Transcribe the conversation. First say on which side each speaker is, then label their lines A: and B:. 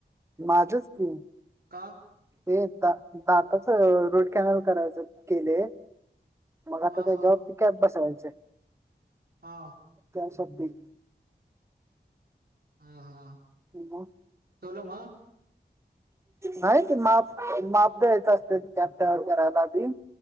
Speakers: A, on the right; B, on the right.
A: माझच कि.
B: का
A: ते द दातच रूट कॅनल करायच केले. मग
B: हा
A: आता ते
B: हा
A: जबाब त कॅब बसवायच.
B: हा
A: स्य <unintelligible>
B: हा हा.
A: ह <unintelligible>
B: म.
A: नाही ते माप माप द्यायचं असते कॅपव करायली.